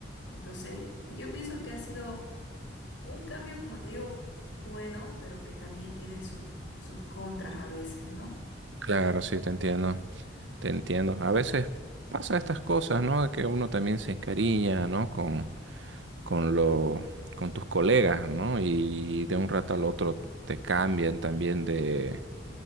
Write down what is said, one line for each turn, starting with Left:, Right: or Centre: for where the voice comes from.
Left: Entonces, yo pienso que ha sido un cambio, como te digo, bueno, pero que también tiene sus, sus contras a veces, ¿no?
Right: Claro, sí, te entiendo, te entiendo. A veces pasa estas cosas, ¿no? De que uno también se encariña, ¿no? Con, con lo, con tus colegas, ¿no? Y de un rato al otro te cambian también de,